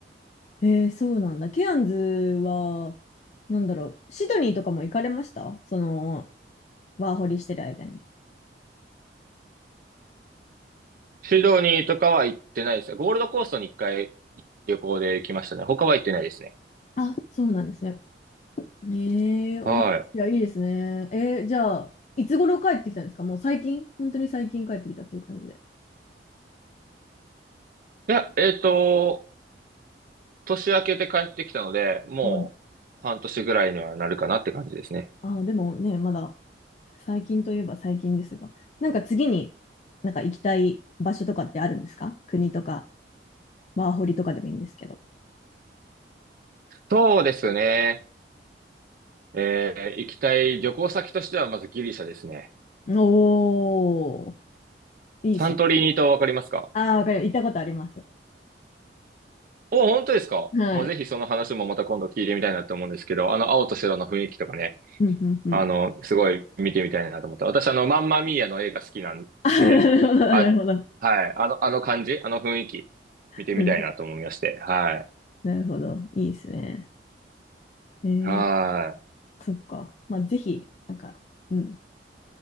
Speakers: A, on the left (about 40°); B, on the right (about 50°).
A: へえー、そうなんだ。ケアンズは、なんだろう、シドニーとかも行かれましたその、ワーホリしてる間に。
B: シドニーとかは行ってないですね。ゴールドコーストに一回旅行で行きましたね。他は行ってないですね。
A: あ、そうなんですね。ええ、ースいやいいですね。
B: はい。
A: えーじゃあ、いつ頃帰ってきたんですかもう最近、本当に最近帰ってきたっていう感じで。
B: いや、えっと、年明けて帰ってきたので、もう半年ぐらいにはなるかなって感じですね。
A: あああ、でもね、まだ最近といえば最近ですが、なんか次になんか行きたい場所とかってあるんですか国とか、ワーホリとかでもいいんですけど。
B: そうですね。えー、行きたい旅行先としてはまずギリシャですね。
A: おー、いいですね。
B: サントリーニ島わかりますか
A: ああ、わかる。行ったことあります。
B: お、本当ですかもうぜひその話もまた今度聞いてみたいなと思うんですけど、
A: はい。
B: あの青と白の雰囲気とかね。
A: うんうんうん。
B: あの、すごい見てみたいなと思った。私、あの、マンマミーアの映画好きなんで、
A: <laughs> あー、なるほど、
B: あ、
A: なるほど。
B: あはい、あの、あの感じ、あの雰囲気、見てみたいなと思いまして。
A: うん、
B: はい。
A: なるほど。いいですね。えー、
B: は
A: そっか。まあ、ぜひ、なんか、うん、